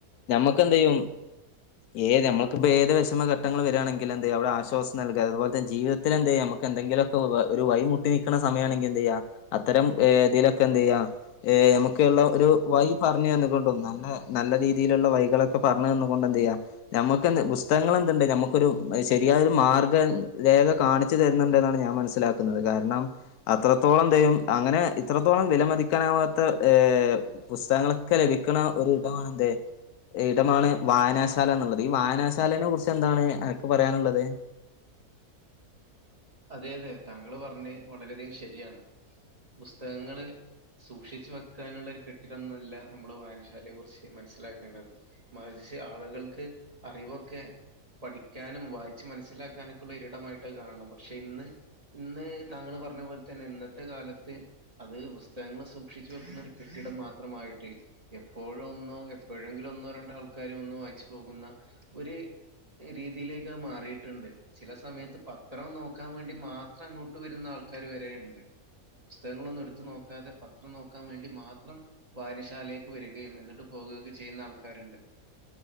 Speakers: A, on the left; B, on the right.
A: ഞമ്മക്കെന്തെയ്യും ഏത് നമ്മക്കിപ്പോ ഏത് വെഷമഘട്ടങ്ങള് വരാണെങ്കില് എന്തെയ്യാ അവിടെ ആശ്വാസം നൽകാ അതുപോല്ത്തെ ജീവിതത്തിലെന്തെയ്യാം നമക്കെ ക്കെന്തെങ്കിലൊക്ക ഒരു വഴി മുട്ടി നിക്ക്ണ സമയാണെങ്കി എന്തെയ്യാ അത്തരം ഏഹ് ഇതിലൊക്കെന്തെയ്യാ ഏഹ് നമക്ക് ള്ള ഒരു വഴി പറഞ്ഞു തന്നുകൊണ്ടും നല്ല നല്ല രീതിയില്ള്ള വഴികളൊക്കെ പറഞ്ഞ് തന്നുകൊണ്ട് എന്തെയ്യാ നമ്മക്ക് എന്ത് പുസ്തകങ്ങൾ എന്തുണ്ട് ഞമ്മക്കൊരു ശ രിയായൊരു മാർഗ്ഗം രേഖ കാണിച്ചു തരുന്നുണ്ട് ന്നാണ് ഞാൻ മനസ്സിലാക്കുന്നത് കാരണം അത്രത്തോളം ദെയം അങ്ങനെ ഇത്രത്തോളം വില മതിക്കാനാവാത്ത ഏഹ് പുസ്തകങ്ങളൊക്കെ ലഭിക്ക്ണ ഒരു ഇടമാണ് എന്ത്, ഇടമാണ് വായനാശാല എന്നുള്ളത്. ഈ വായനാ ശാലേനെ കുറിച്ച് എന്താണ് അനക്ക് പറയാനുള്ളത്?
B: അതെ അതെ താങ്കള് പറഞ്ഞേ വളരെയധികം ശരിയാണ്. ബുസ്തകങ്ങള് സൂക്ഷിച്ചു വെക്കാനുള്ളൊരു കെട്ടിടം ന്നല്ല നമ്മള് വായനശാലയെ കുറിച്ച് മനസ്സിലാക്കേണ്ടത് മറിച്ച് ആളുകൾക്ക് അറിവൊക്കെ പഠിക്കാനും വായിച്ച് മനസ്സിലാക്കാനൊക്കെ ഉള്ള ഒരിടമായിട്ട് കാണണം പക്ഷെ ഇന്ന് ഇന്ന് താങ്കള് പറഞ്ഞ പോലെ തന്നെ ഇന്നത്തെ കാലത്ത് അത് പുസ്തകങ്ങള് സൂക്ഷിച്ചു വെക്കുന്ന ഒരു കെട്ടിടം മാത്രമായിട്ട് എപ്പോഴു ഒന്നോ എപ്പൊഴങ്കിലു ഒന്നോ രണ്ടോ ആൾക്കാര് വന്ന് വായിച്ചു പോകുന്ന ഒര് രീതിയിലേക്ക് മാറീട്ടുണ്ട്. ചില സമയത്ത് പത്രം നോ ക്കാൻ വേണ്ടി മാത്രം അങ്ങോട്ട് വരുന്ന ആൾക്കാര് വരെ ഒണ്ട് പുസ്തകങ്ങളൊന്നും എടുത്തു നോക്കാതെ പത്രം നോക്കാൻ വേണ്ടി മാത്രം വായനശാലേക്ക് വരികയും എന്നിട്ട് പോവുകയൊക്കെ ചെയ്യുന്ന ആൾക്കാരുണ്ട്